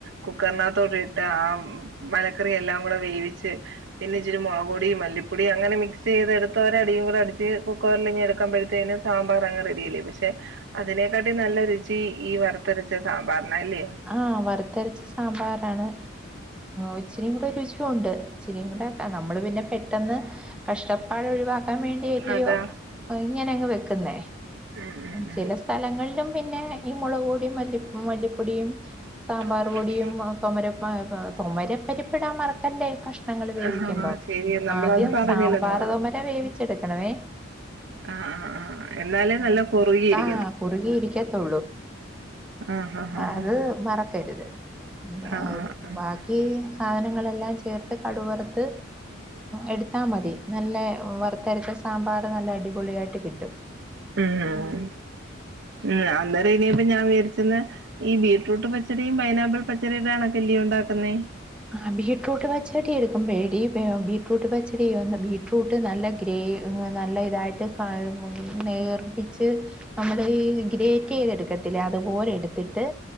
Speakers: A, on the right; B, in the centre.
A: കുക്കറിനകത്തൊഴട്ട് ആ മലക്കറി എല്ലാം കൂടെ വേവിച്ച് പിന്നെ ഇച്ചരിള പൊടി മല്ലിപ്പൊടി അങ്ങന മക്സ് ചെയ്ത എടുത്ത ഒരടും കൂടെടിച്ച് കുക്കവറിൽ ഇെ എടുക്കുമ്പോഴത്തേനും സാമ്പാർ അങ്ങ് റെഡി അല്ലേ പക്ഷെ അതിനെക്കാട്ടി നല്ല രുചി ഈ വറുത്തരച്ച സാമ്പാറിന അല്ലയോ
B: ആഹ വറുത്തരിച്ച സാമ്പാറാണ് ഒച്ചരിയും കൂടെ രുചിയുംുണ്ട് ഇച്ചരിയും കൂടെ നമ്മൾ പിന്നെ പെട്ടെന്ന് കഷ്ടപ്പാട് ഒഴിവാക്കാൻ വേണ്ടിയല്ലയോ
A: അതാ
B: ഇങ്ങനെ അങ്ങ് വെക്കുന്നേ
A: ഉം ഉം
B: ചില സ്ഥലങ്ങളിലും പിന്നെ ഈ മുളകു പൊടി മല്ലിപ്പടി മല്ലിപ്പ ടിയും സാമ്പാർ
A: ഉം
B: പൊടിയ തര തുമരപ്പരിപ്പെടാൻ മറക്കല്ലേ കക്ഷണങ്ങൾ വേവിക്കുമ്പോ
A: ആ ശരിയ നമ്മളത്
B: ആദ്യം
A: പറഞ്ഞില്ലെന്ന്
B: സാമ്പാർ തോുമര വേവിച്ചെടുക്കണമേ
A: ആ ആ ആ എന്നാല് നല്ല കൊറുകിയിരിക്കും
B: ആ കുറുകിയിരിക്കത്തുള്ളൂ
A: ആഹ് ആഹ് ആഹ്
B: അത് മറക്കരുത് എന്താ
A: ആഹ് ആഹ്
B: ബാക്കി
A: ആഹ്
B: സാധനങ്ങളെല്ലാം ചേർത്ത് കടുകറത്ത് എടുത്താ മതി നല്ല വറുത്തരച്ച സാമ്പാർ നല്ല അടിപൊളിയ ആായിട്ട് കിട്ടും
A: ഉം ഉം ഉം അന്നേര ഇനിപ്പ ഞാൻ വിചാരിച്ചന്ന് ഈ ബീറ്റ്റൂട്ട് പച്ചടിയ പൈനാപ്പിൾ പച്ചറിയുടൊണോ കെല്ലിയ ഉണ്ടാക്കുന്നത്
B: ആ് ബീറ്റ്റൂട്ട് പച്ചടി എടുക്കും പേടി ബീറ്റ്റൂട്ട് പച്ചടി ബ് ബീറ്റ്റ്‌റൂട്ട് നല്ല ഗ്രേ നല്ല ഇതായിട്ട് നേർമ്മിച്ച് നമ്മള് ഈ ഗ്രേറ്റ് ചെയ്തെടുക്കത്തില്ല അത് പോലെ എടുത്തിട്ട്